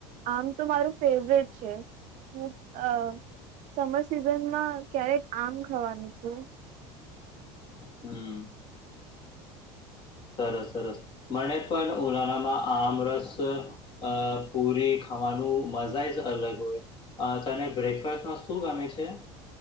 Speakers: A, on the right; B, on the left.
A: આમ તો મારું ફેવરેટ છે, હું અ સમર સિઝનમાં ક્યારેક આમ ખાવાનું છુ
B: હમ. સરસ સરસ મને પણ ઉનાળામાં આમ રસ અ પૂરી ખાવાનું મજા જ અલગ હોય અ તને બ્રેકફાસ્ટમાં શું ગમે છે.